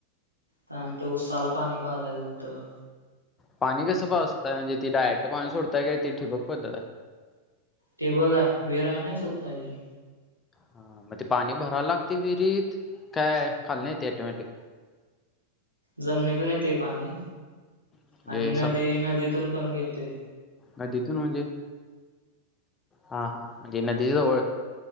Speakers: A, on the right; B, on the left.
A: त्यानंतर ऊसाला पाणी पाजायचं होतं.
B: पाणी कसं पाजताय म्हणजे ती डायरेक्ट पाणी सोडताय काय ती ठिबक पद्धत आहे.
A: ते बरयं विहीर आहे नाय स्वताःची.
B: हा मग ते पाणी भराय लागतयं विहिरीत काय खालनं येतयं ऑटोमॅटिक.
A: जमनीतून येते पाणी
B: म्हणजे
A: आणि नदी
B: सब
A: नदीतून पण घेते.
B: नदीतून म्हणजे हा हा म्हणजे नदी जवळ.